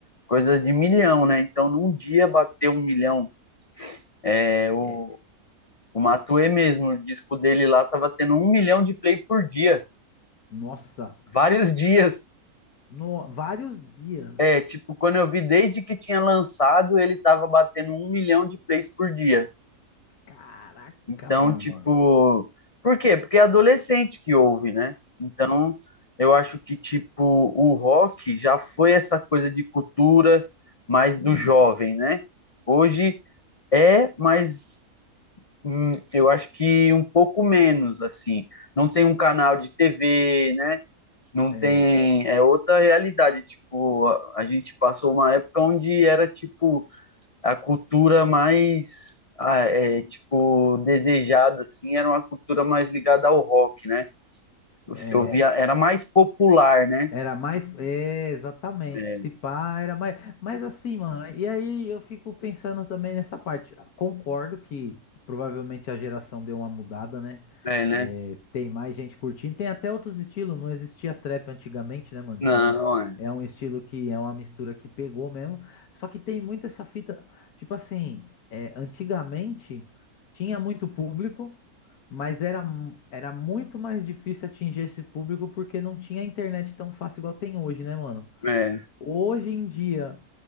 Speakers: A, on the left (about 50°); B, on the left (about 80°).
A: coisas de milhão, né? Então, num dia bater um milhão, é, o,
B: é,
A: o Matue mesmo, o disco dele lá tava tendo um milhão de play por dia.
B: nossa,
A: vários dias.
B: no- vários dias.
A: É, tipo, quando eu vi desde que tinha lançado, ele tava batendo um milhão de plays por dia.
B: Caraca,
A: Então,
B: mano.
A: tipo, por quê? Porque é adolescente que ouve, né? Então, eu acho que, tipo, o rock já foi essa coisa de cultura mais
B: Hum,
A: do jovem, né? Hoje é, mas hum, eu acho que um pouco menos, assim. Não tem um canal de TV, né? não
B: é,
A: tem. É outra realidade. Tipo, a, a gente passou uma época onde era, tipo, a cultura mais. ah, é, tipo, desejada, assim, era uma cultura mais ligada ao rock, né? Você
B: é,
A: ouvia, era mais popular, né?
B: era mais, é, exatamente,
A: É,
B: se pá, era mais, mas assim, mano, e aí eu fico pensando também nessa parte. Concordo que provavelmente a geração deu uma mudada, né?
A: é, né?
B: É, tem mais gente curtindo, tem até outros estilos, não existia trap antigamente, né, mano?
A: Não,
B: Então,
A: é,
B: é um estilo que é uma mistura que pegou mesmo. Só que tem muito essa fita, tipo assim, é, antigamente tinha muito público Mas era, mu- era muito mais difícil atingir esse público porque não tinha internet tão fácil igual tem hoje, né, mano?
A: é.
B: Hoje em dia